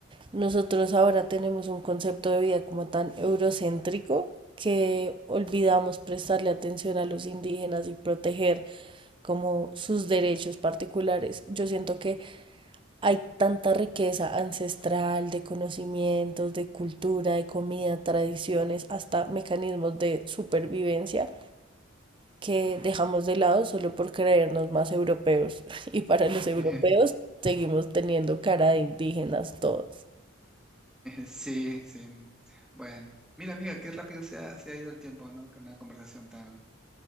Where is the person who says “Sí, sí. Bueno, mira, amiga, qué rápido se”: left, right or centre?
Centre